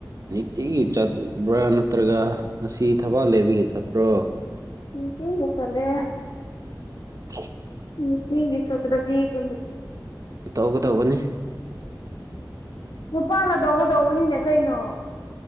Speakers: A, on the right; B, on the left.
A: ꯅꯨꯡꯇꯤꯒꯤ ꯆꯠꯄ꯭ꯔꯥ ꯅꯠꯇ꯭ꯔꯒ ꯉꯁꯤ ꯊꯕꯥꯛ ꯂꯩꯕꯤꯒꯦ ꯆꯠꯄ꯭ꯔꯣ
B: ꯎꯝ ꯊꯒ ꯆꯂꯦ
A: ꯎ
B: ꯎꯝ ꯍꯤꯒꯤ ꯏ ꯆ ꯔꯖ ꯌꯦ ꯀ
A: ꯇꯧꯒꯗꯧꯕꯅꯤ
B: ꯅꯨꯄꯥꯅ ꯇꯧꯒꯗꯧꯕꯅꯤꯅꯦ ꯀꯩꯅꯣ